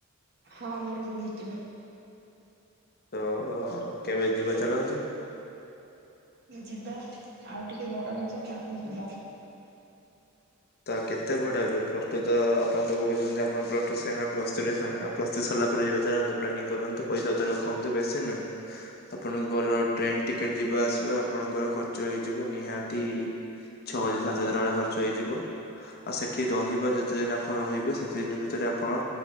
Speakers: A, on the right; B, on the left.
A: ହଁ ମୋର ବହୁତ୍
B: ତ କେବେ ଯିବା ଚାଲନ୍ତୁ।
A: ଯିବା ଆଉ ଟିକେ ବଡ଼ ହେଇଯାଅ ତାପରେ ଯିବା।
B: ତ କେତ ବଡ଼ ହେବେ ପ୍ଲସ ଟୁ ତ ଆପଣ ତ କହୁଛନ୍ତି ଆପଣ ପ୍ଲସ୍ ଟୁ ପ୍ଲସ ଥ୍ରୀ <unintelligible> ଗଲା ପରେ ଯିବା ଚାଲନ୍ତୁ ପ୍ଲାନିଂ କରନ୍ତୁ ପଇସା ପତ୍ର ରଖନ୍ତୁ ବେଶୀ ନୁହେଁ ଆପଣଙ୍କର ଟ୍ରେନ ଟିକେଟ୍ ଯିବା ଆସିବା ଆପଣଙ୍କର ଖର୍ଚ୍ଚ ହେଇଯିବ ନିହାତି ଛଅ ହଜାର ସାତ ହଜାର <unintelligible> ଖର୍ଚ୍ଚ ହେଇଯିବ। ହଁ ଆଉ ସେଠି ରହିବ ଯେତେ ଦିନ୍ ଆପଣ ରହିବେ ସେତେ ଦିନ୍ ଭିତରେ ଆପଣ